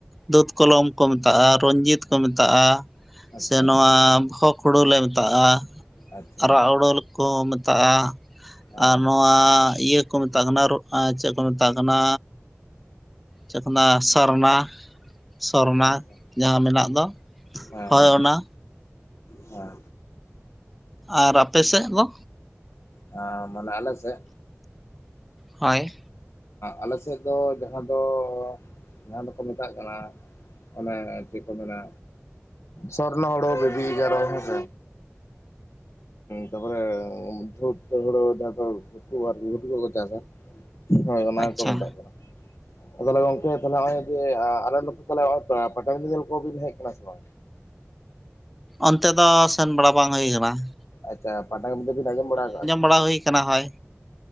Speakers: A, in the centre; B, on the left.
A: ᱫᱩᱛ ᱠᱚᱞᱚᱢ ᱠᱚ ᱢᱮᱛᱟᱜᱼᱟ, ᱨᱚᱧᱡᱤᱛ ᱠᱚ ᱢᱮᱛᱟᱜᱼᱟ ᱾
B: ᱟᱪᱪᱷᱟ
A: ᱥᱮ ᱱᱚᱣᱟ ᱵᱷᱳᱠ ᱦᱳᱲᱳᱞᱮ ᱢᱮᱛᱟᱜᱼᱟ,
B: ᱟᱪᱪᱷᱟ
A: ᱟᱨᱟᱜ ᱦᱳᱲᱳ ᱠᱚ ᱢᱮᱛᱟᱜᱼᱟ,
B: ᱚ
A: ᱟᱨ ᱱᱚ ᱟᱸ ᱤᱭᱟᱹ ᱠᱚ ᱢᱮᱛᱟᱜ ᱠᱟᱱᱟ ᱨᱚᱜ ᱪᱮᱫ ᱠᱚ ᱢᱮᱛᱟᱜ ᱠᱟᱱᱟ ᱪᱮᱛᱱᱟ ᱥᱚᱨᱱᱟ, ᱥᱚᱨᱱᱟ
B: ᱟᱪᱪᱷᱟ
A: ᱡᱟᱦᱟᱸ ᱢᱮᱱᱟᱜ ᱫᱚ
B: ᱦᱮᱸ
A: ᱦᱚᱭ
B: ᱦᱮᱸ
A: ᱚᱱᱟ
B: ᱦᱮᱸ
A: ᱟᱨ ᱟᱯᱮ ᱥᱮᱫ ᱫᱚ?
B: ᱦᱟᱸ ᱢᱟᱱᱮ ᱟᱞᱮᱥᱮᱜ
A: ᱦᱳᱭ
B: ᱟᱞᱮ ᱥᱮᱫ ᱫᱚ ᱡᱟᱦᱟᱸ ᱫᱚ ᱡᱟᱦᱟᱸ ᱫᱚᱠᱚ ᱢᱮᱛᱟᱜ ᱠᱟᱱᱟ ᱚᱱᱮ ᱪᱮᱫ ᱠᱚ ᱢᱮᱱᱟ ᱥᱚᱨᱱᱚ ᱦᱳᱲᱳ ᱵᱮᱵᱤ ᱤᱜᱟᱨᱚ ᱦᱮᱥᱮ, ᱛᱟᱯᱚᱨᱮ ᱫᱷᱩᱛ ᱦᱳᱲᱳ ᱡᱟᱦᱟᱸ ᱫᱚ ᱜᱷᱩᱴᱩ ᱟᱨ ᱜᱷᱩᱴᱩ ᱠᱚᱠᱚ ᱪᱟᱥᱟ ᱾ ᱦᱳᱭ ᱚᱱᱟ
A: ᱟᱪᱪᱷᱟ
B: ᱜᱮᱠᱚ ᱢᱮᱛᱟᱜ ᱠᱟᱱᱟ ᱾ ᱛᱟᱦᱚᱞᱮ ᱜᱚᱝᱠᱮ ᱛᱟᱦᱚᱞᱮ ᱱᱚᱜ ᱚᱭ ᱡᱮ ᱟᱞᱮ ᱱᱚᱛᱮ ᱛᱟᱦᱚᱞᱮ ᱯᱟᱴᱟᱵᱤᱸᱫᱟᱹ ᱧᱮᱧᱮᱞ ᱠᱚᱵᱤᱱ ᱦᱮᱡ ᱟᱠᱟᱱᱟ ᱥᱮ ᱵᱟᱝ?
A: ᱚᱱᱛᱮ ᱫᱚ ᱥᱮᱱ ᱵᱟᱲᱟ ᱵᱟᱝ ᱦᱩᱭ ᱠᱟᱱᱟ ᱾
B: ᱟᱪᱪᱷᱟ ᱯᱟᱴᱟᱵᱤᱸᱫᱟᱹ ᱵᱮᱱ ᱟᱸᱡᱚᱢ ᱵᱟᱲᱟ ᱠᱟᱜ-ᱟ ᱥᱮ ᱵᱟᱝ?
A: ᱵᱟᱲᱟ ᱦᱩᱭ ᱠᱟᱱᱟ ᱦᱳᱭ